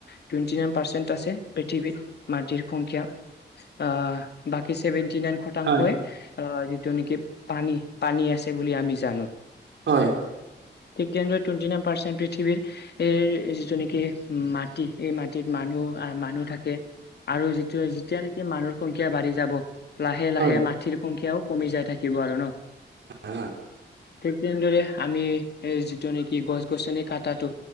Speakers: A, on the left; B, on the right.
A: টুৱেণ্টি নাইন পাৰ্চেণ্ট আছে পৃথিৱীত মাটিৰ সংখ্যা। আহ বাকী ছেভেন্টি নাইন শতাংশয়ে।
B: হয়
A: অ যিটো নেকি পানী পানী আছে। বুলি আমি জানো।
B: হয়।
A: টুৱেটি নাইন পাৰ্চেণ্ট পৃথিৱীৰ এইৰ যিটো নেকি মাটি এই মাটিত মানুহ আহ। মানুহ থাকে। আৰু যিটোয়া যেতিয়া নেকি মানুহৰ সংখ্যা বাঢ়ি যাব লাহে
B: হয়
A: লাহে মাটিৰ সংখ্যাও কমি যাই থাকিব আৰু ন!
B: হয় হয়
A: ঠিক তেনেদৰে আমি এই যিটো নেকি গছ গছনি কটাটো